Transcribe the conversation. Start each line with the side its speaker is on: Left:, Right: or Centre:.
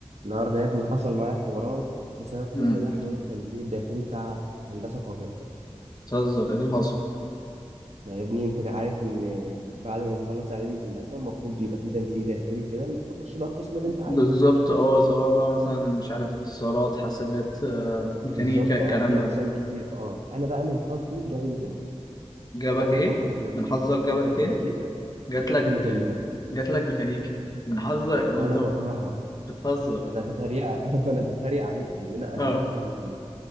Right: النهارده يا ابني حصل معايا حوارات بسبب كل
Left: امم
Right: ده حوار التنسيق الداخلي بتاع هندسة القاهرة ده
Left: بتهزر ايه اللي حصل
Right: ما يا ابني انت عارف ان بعد ما نخلص اعدادي هندسة المفروض بيبقى في تنسيق داخلي كده انك تخش بقى القسم اللي انت عايزه
Left: بالظبط اه سواء بقى مثلا مش عارف اتصالات حاسبات آه، ميكانيكا
Right: بالظبط
Left: الكلام
Right: اه في
Left: ده
Right: اقسام كتير اه انا بقى من حظي جالي ميكانيكا
Left: جابك
Right: وانا
Left: ايه
Right: بكره ميكانيكا
Left: من حظك
Right: دي
Left: جابك
Right: جا-
Left: فين
Right: جات لي
Left: جات
Right: جات
Left: لك
Right: لي ميكانيكا
Left: جات لك ميكانيكا من حظك وانت
Right: وانا بكرهها
Left: بتهزر
Right: انا تتريق <laughs> انا بتريق عليها لان انا انا
Left: اه
Right: بكره ميكانيكا